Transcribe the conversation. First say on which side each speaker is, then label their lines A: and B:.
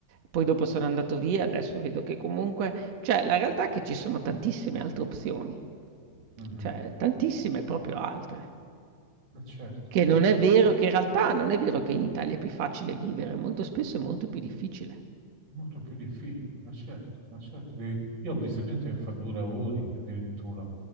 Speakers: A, on the right; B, on the right.
A: poi dopo sono andato via. Adesso vedo che comunque, cioè, la realtà è che ci sono tantissime altre opzioni,
B: Mhm.
A: cioè, tantissime proprio altre.
B: E certo,
A: Che non
B: e
A: è
B: certo.
A: vero, che in realtà non è vero che in Italia è più facile vivere, molto spesso è molto più difficile.
B: È molto più difficile, ma certo, ma certo. devi- Io ho visto gente che fa due lavori, che addirittura